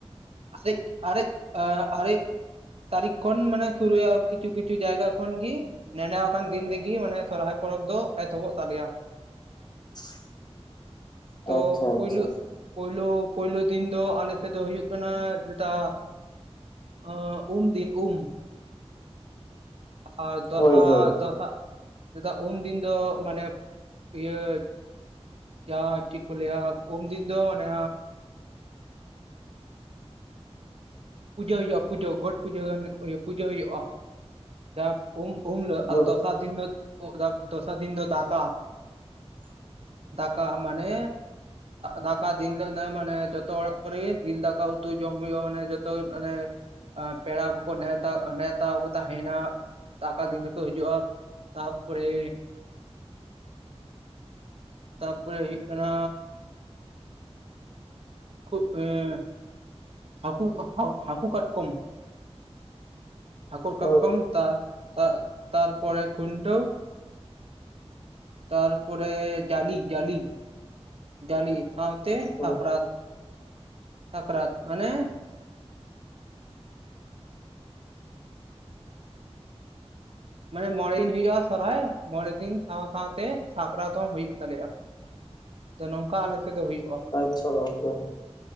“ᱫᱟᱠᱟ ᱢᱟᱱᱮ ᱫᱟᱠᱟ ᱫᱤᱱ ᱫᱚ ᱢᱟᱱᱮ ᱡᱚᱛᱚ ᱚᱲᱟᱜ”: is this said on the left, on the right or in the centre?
Right